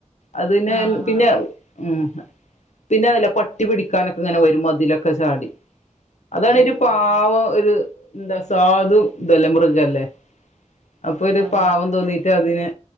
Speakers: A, on the left (about 80°); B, on the right (about 65°).
A: അത് പിന്നെ
B: ആഹ്
A: പിന്നെ ഉം പിന്നെ അതല്ല പട്ടി പട്ടി പിടിക്കാനൊക്കെങ്ങനെ വരും മതിലൊക്കെ ചാടി അതാണേ
B: ഓഹ്
A: ഒരു പാവം
B: ഓഹ്
A: ഒരു ന്താ സാധു തല്ലെ മൃഗല്ലേ അപ്പൊ ഒരു
B: അതെ
A: പാവം
B: അതെ.
A: തോന്നീട്ട് അതിന്